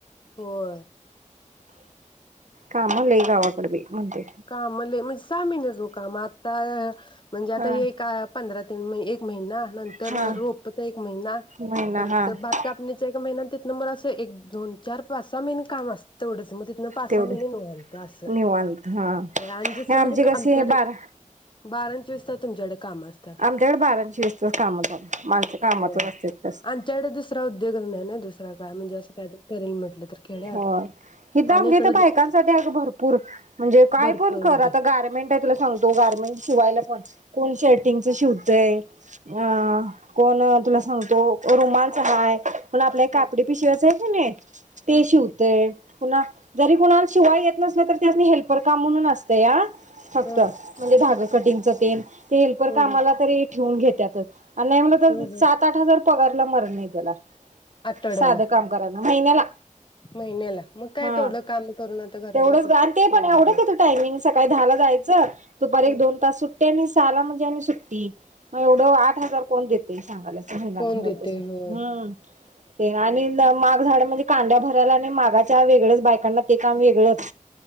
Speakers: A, on the left; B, on the right.
A: होय
B: कामं लय गावाकड बाई म्हणते
A: काम लय म्हणजे सामीन जो काम आता म्हणजे आता
B: हा
A: हे एका पंधरा तीन म महिना नंतर
B: हा
A: रोप एक महिना
B: महिना
A: परत
B: हा
A: भात कापणीचा एक महिना आणी त्या नंबर असं एक दोन चार पाचसा महिने काम असत तेवढंच काम तिथन पासा
B: तेवढे
A: सहा महिने निघलत असं
B: निवांत हा
A: होय आन
B: हे
A: दिस
B: आमची
A: म्हणजे
B: कशी
A: आमच्या
B: आहे बारा
A: बा कारण चोवीस तास तुच्याकडे काम असतात
B: आमच्याकडे बाराशे वीसच काम चालू माणसं कामातच
A: होय
B: असतात जास्त.
A: आमच्याकडे दुसरा उद्योग नाही ना दुसरा काय म्हणजे अस काय करेल म्हटलं तर खेड्यात
B: हो हिथ
A: आणि
B: आमे
A: इकडं
B: इथ बायकांसाठी आहे भरपूर म्हणजे काय
A: भरपूर
B: पण कर
A: उद्योग
B: आता गारमेंट आहे तुला सग दो गार्मेंट शिवायला पण कोण शेर्टिंग चं शिवतय ह कोण तुला सांगतो रुमाणच हाय पण आपल्या एक कापडी
A: ह
B: पिशवाच आहे कणी ते
A: ह
B: शिवतेय पुन्हा जरी कुणाला शिवाय येत नसल तर त्यातनी हेल्पर काम म्हणून असतें या फक्त
A: ह
B: म्हणजे धागं कटिंगच तेल ते हेल्पर
A: ह
B: कामाला तरी ठेवून घेत त्यातच आणि नाही म्हलं तर
A: ह ह
B: सात आठ हजार पगारला मर <unintelligible>
A: आठवड्याला
B: साधं काम कराय महिन्याला
A: महिन्याला मग काय
B: हा
A: तेवढं काम करून आता घरात
B: तेवढंच
A: बसून
B: ग आणि ते
A: तेवढं
B: पण एवढं
A: कुठलं
B: का तू टायमिंग सकाळी दहा ला जायच दुपारी
A: ह
B: एक दोन तास सुट्टी आणि साला म्हणजे आणि सुट्टी मग आठ हजार कोण देत तेच सांगालोय. मला
A: कोण
B: घरात
A: देते
B: बसून
A: होय
B: हम्म ते राणीला माग झाडामध्ये कांद्याभर चलाने मागच्या वेगळच बायकांना ते काम वेगळंच